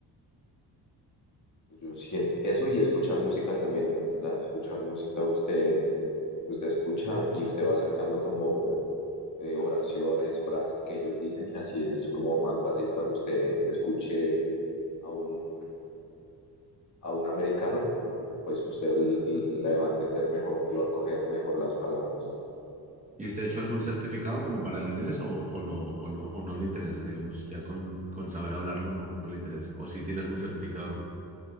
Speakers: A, on the left; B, on the right.
A: pues, Yo sien- eso y escuchar música también, eh, la- escuchar música usted, usted escucha y usted va sacando como eh, oraciones, frases que ellos dicen y así es como más fácil cuando usted escuche a un, a un americano, pues usted l- l- la va a entender mejor y va a coger mejor las palabras.
B: ¿Y usted ha hecho algún certificado como para el inglés o, o lo, o, lo- o no le interesa? Digamos, ya con, con saber hablarlo no, no le interesa. O si tiene algún certificado.